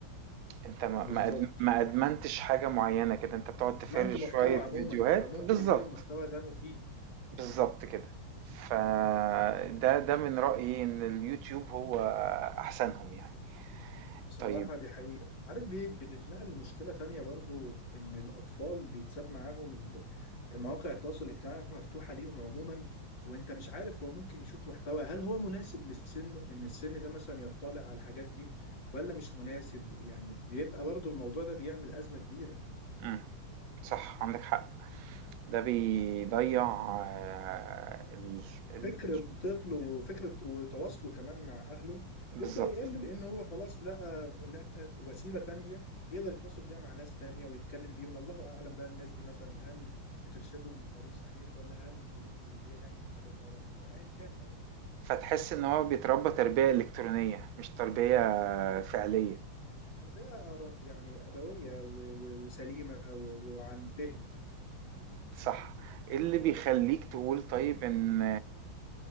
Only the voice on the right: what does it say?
انت ما
ما أد- ما ادمنتش حاجه معينه كده انت بتقعد تفرج
شويه
فيديوهات
بالظبط
بالظبط كده فده ده من رايي ان اليوتيوب هو احسنهم يعني
طيب
امم صح عندك حق ده بيضيع آه، ال... ال...
ال-
بالظبط
فتحس ان هو بيتربى تربيه الكترونيه مش تربيه
فعليه
صح ايه اللي بيخليك تقول طيب ان